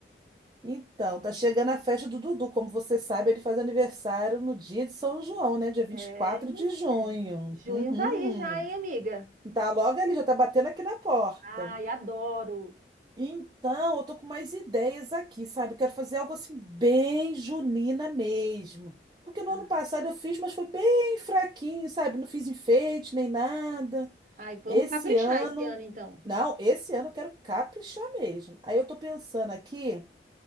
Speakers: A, on the right; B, on the right.
A: Então, tá chegando a festa do Dudu. Como você sabe, ele faz aniversário no dia de São João, né? Dia vinte
B: É,
A: e quatro
B: é.
A: de junho.
B: Junho
A: Uhum.
B: tá aí já, hein, amiga?
A: Tá logo ali, já tá batendo aqui na porta.
B: Ai, adoro.
A: Então, eu tô com mais ideias aqui, sabe? Eu quero fazer algo assim bem junina mesmo. Porque no
B: Ah,
A: ano passado eu fiz, mas foi bem fraquinho, sabe? Não fiz enfeite nem nada.
B: Ai, vamos
A: Esse
B: caprichar
A: ano.
B: esse ano, então.
A: Não, esse ano eu quero caprichar mesmo. Aí eu tô pensando aqui,